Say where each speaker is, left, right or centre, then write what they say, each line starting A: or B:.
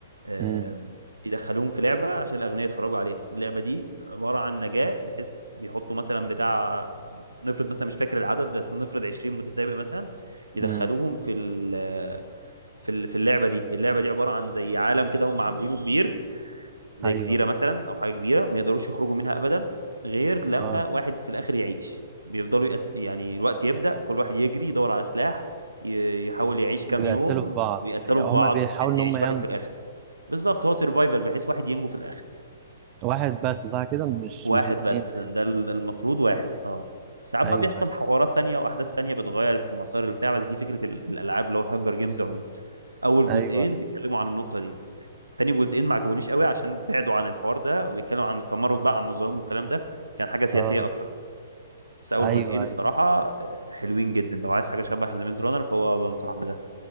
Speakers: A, on the right; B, on the right.
A: آه،
B: امم
A: بيدخلوهم في لعبه عشان الاغنياء يتفرجوا عليها اللعبه دي عباره عن نجاه بحيث بيحطوا مثلا بتاع نفرض مثلا مش فاكر العدد بس نفرض 20 متسابق مثلا يدخلوهم
B: امم
A: في ال في ال- في اللعبه دي اللعبه دي عباره عن زي عالم كده هم عاملينه كبير زي
B: ايوه
A: جزيره
B: ايوه
A: مثلا او حاجه كبيره ما يقدروش يخرجوا منها ابدا غير لما
B: اه
A: واحد في الاخر يعيش بيفضلوا يقت... يعني الوقت يبدا كل واحد يجري يدور على سلاح ي- يحاول يعيش كام
B: ويقتلوا
A: يوم
B: في بعض
A: ويقتلوا
B: يعني
A: في
B: هما
A: بعض
B: بيحاولوا
A: بحيث
B: ان
A: يعيش
B: هما
A: واحد
B: ينجوا
A: في الاخر
B: يعني
A: بالظبط هو سيرفايفل بحيث واحد ينجو في الاخر
B: واحد بس صح كده مش
A: واحد
B: مش اتنين
A: بس ده ال- المفروض واحد اه ساعات
B: ايوه
A: بقى بيحصل
B: ايوه
A: حوارات تانية واحداث تانية بتغير في مسار البتاع بس دي فكره ال- الالعاب اللي هو الهانجر جيمز عموما اول
B: ايوه
A: جزئين بيتكلموا عن النقطه دي تاني جزئين ما عجبونيش قوي عشان بعدوا عن الحوار ده وبيتكلموا عن التمرد بقى عن النظام والكلام ده كان حاجه سياسيه
B: اه
A: اكتر بس اول
B: ايوه
A: جزئين الصراحه
B: ايوه
A: آه، حلوين جدا لو عايز حاجه شبه ذا ميز رانر فهو بنصح بده